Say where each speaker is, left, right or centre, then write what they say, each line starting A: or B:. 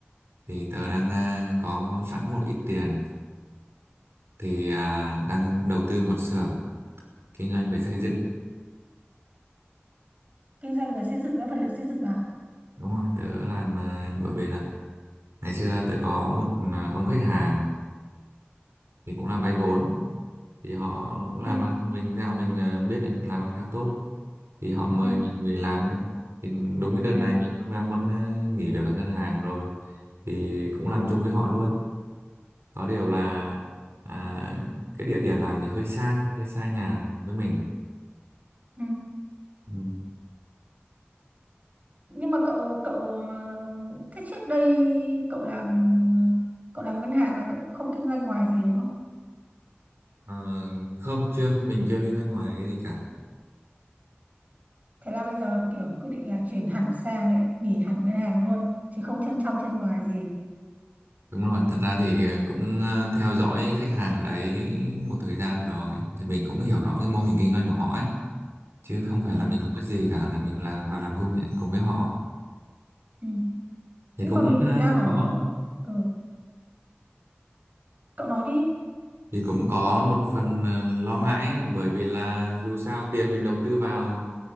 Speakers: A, on the right; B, on the right.
A: Thì tớ đang à, có sẵn một ít tiền thì à, đang đầu tư một xưởng kinh doanh về xây dựng.
B: Kinh doanh về xây dựng á, vật liệu xây dựng à?
A: Đúng rồi, tớ làm à, bởi vì là ngày xưa tớ có một à, ông khách hàng thì cũng là vay vốn thì họ cũng
B: Ừ,
A: làm ăn mình theo mình à, biết là làm ăn khá tốt thì họ mời
B: ừ,
A: mình về làm ấy thì đúng cái đợt
B: ừ,
A: này mình cũng đang muốn ờ, nghỉ việc ở ngân hàng rồi thì cũng làm chung với họ luôn có điều là à, cái địa điểm làm thì hơi xa hơi xa nhà với mình
B: ừ.
A: ừ.
B: Nhưng mà cậu cậu ờ, thế trước đây cậu làm cậu làm ngân hàng là cậu không kinh doanh ngoài gì đúng không?
A: Ờ, không chưa mình chưa kinh doanh ngoài cái gì cả
B: Thế là bây giờ kiểu quyết định là chuyển hẳn sang đấy, nghỉ hẳn ngân hàng luôn, chứ không chân trong chân ngoài gì.
A: đúng rồi thật ra thì cũng ờ, theo dõi khách hàng đấy một thời gian rồi thì mình cũng hiểu rõ cái mô hình kinh doanh của họ ấy chứ không phải
B: Ừ,
A: là mình không biết gì cả là mình là vào làm cùng với, cùng với họ
B: ừ.
A: thì
B: Nhưng
A: cũng
B: mà mình
A: ờ,
B: đang ở
A: có
B: ừ, cậu nói đi.
A: thì cũng có một phần ờ, lo ngại ấy, bởi vì là dù sao tiền mình đầu tư vào